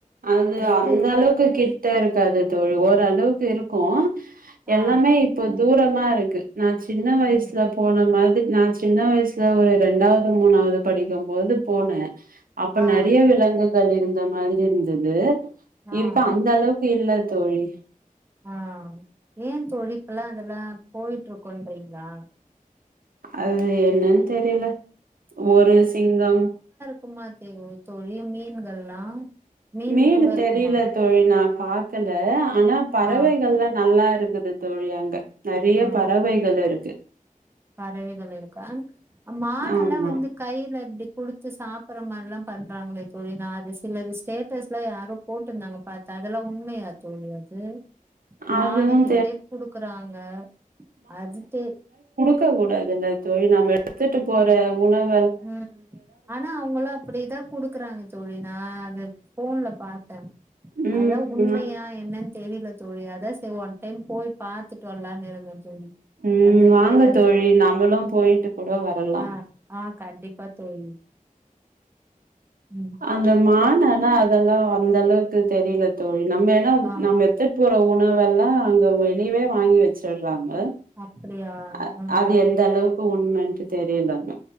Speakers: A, on the right; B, on the right.
A: அது
B: எப்டி
A: அந்த
B: இரு
A: அளவுக்கு கிட்ட இருக்காது தோழி ஓரளவுக்கு இரு கோ
B: ஆ
A: எல்லாமே இப்போ தூரம் ம இருக்கு நா சின்ன வயசுல
B: ம்
A: போன மாது நா சின்ன வயசுல ஒரு ரெண்டாவது மூணாவது படிக்கும் போது போன அப்போ
B: ஆ
A: நற்யா விலங்குகள் இருந் ந்த மாரி இருந் தது
B: ஆ
A: இப்ப அந்த அளவுக் இல்ல தோழி
B: ஆ ஏன் தோழி இப்போ எல்லா அதெல்லா போய்ட்டு இருக்கோறீங்களா
A: அது என்னனு தெரில ஒரு சிங்கம்
B: தும்மா <unintelligible> தோழி மீன்கள்லா மீன்
A: மேல
B: கூட இருக்குமா
A: தெரியல தோழி நா பாக்கல ஆனா பறவைகள்லா
B: ஆ
A: நல்லா இரு இருக்குது தோழி அங்க நற்ய
B: ஆ
A: பறவைகள் இருக்கு
B: பறவைகள் இருக்க மானெல்லா
A: ஆமா
B: வந்து கைல எப்டி குடுத்து சாப்பற மாரிலா பண்றாங்களே தோழி நா அது சிலது ஸ்டேட்டஸ் லா யாரோ போட்டிருந்தாங்க பாத்தே அதெல்லா உண்மையா தோழி அது மானுக்கு
A: அதுவு
B: இப்டே குடுக்குறாங்க அஜித்து
A: க்க கூடாதுல்ல தோழி நம்ம எடுத்துட்டு போற உணவு
B: ம் ஆனா அவுங்களு அப்டிதா குடுக்குறாங்க தோழி நா அது போன்ல பாத்தே
A: ம்
B: அத உண்மையா என்ன தெரில தோழி அதா செரி ஒன் டைம் போய் பாத்துட்டு வர்லான் இருந்தே தோழி
A: உம்
B: அதா
A: வாங்க
B: கேட்டே
A: தோழி நம்மளு போயிட்டு கூட வரலாம்
B: ஆ ஆ கண்டிப்பா தோழி ம்
A: அந்த மானலா
B: ச
A: அதெல்லா அந்த அளவுக்கு தெரியல தோழி நம்மெடம்
B: ஆ
A: நம்ம எட்த்துட் போறோ உணவெல்லா அங்க வெளிய்வே வாங்கி வச்சுர்றா ஹலோ
B: அப்படியா
A: அ
B: ம்
A: அது எந்த அளவுக்கு உண் உம் நன்றி தெரியலாமே